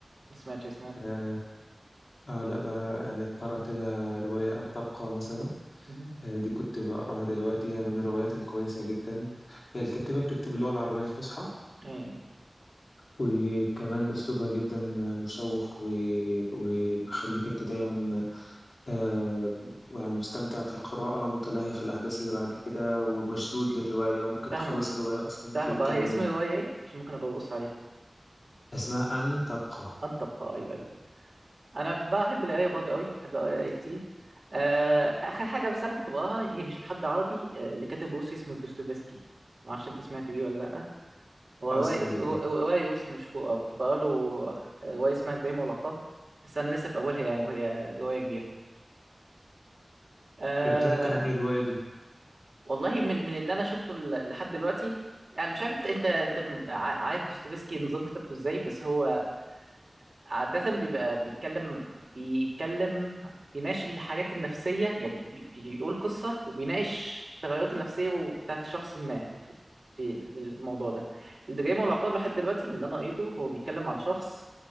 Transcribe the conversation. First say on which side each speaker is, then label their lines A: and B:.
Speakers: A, on the right; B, on the left.
A: ما سمعتش اسمها قبل
B: لأ
A: كده
B: آه آه، لأ ب- يعني قرأت لها رواية أن تبقى مثلا
A: مهم.
B: آه، دي كنت بقراها دلوقتي هي من الروايات الكويسة جدا هي الكاتبة بتكتب اللغة العربية الفصحى
A: ايوه
B: وكمان أسلوبها جدا مشوق و... وبيخليك أنت دايما آه، يعني مستمتع في القراءة متلهي في الأحداث اللي بعد كده ومشدود للرواية وممكن
A: فاهمك
B: تخلص الرواية أصلا
A: فاهمك
B: في
A: اه
B: كام
A: هي اسم
B: يوم
A: الرواية ايه مش ممكن ابقى ابص عليها
B: اسمها أن تبقى
A: ان تبقى ايوه ايوه انا بحب القراية برضه قوي بحب القراية كتير آه، اخر حاجة بس انا كنت بقراها هي مش لحد عربي آه، لكاتب روسي اسمه دوستويفسكي ما اعرفش انت سمعت بيه ولا لا هو
B: أه
A: رواية
B: سمعت بيه
A: رواية روسي مشهورة آه، كنت بقرا له آه، رواية اسمها الجريمة والعقاب بس انا لسه في اولها يعني وهي رواية كبيرة أه
B: بتحكي عن إيه الرواية دي؟
A: والله من من اللي انا شفته ل- لحد دلوقتي يعني مش عارف انت انت أنت م- ع- عارف دوستويفسكي نظام كتابته ازاي بس هو عادة بيبقى بيتكلم بيتكلم بيناقش الحاجات النفسية يعني بي- بيقول قصة وبيناقش التغيرات النفسية بتاعت شخص ما في في في الموضوع ده الجريمة والعقاب لحد دلوقتي من اللي أنا قريته هو بيتكلم عن شخص